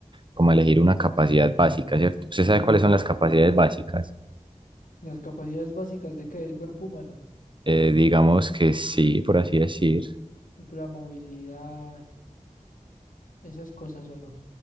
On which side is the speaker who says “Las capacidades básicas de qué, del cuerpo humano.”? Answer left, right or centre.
Left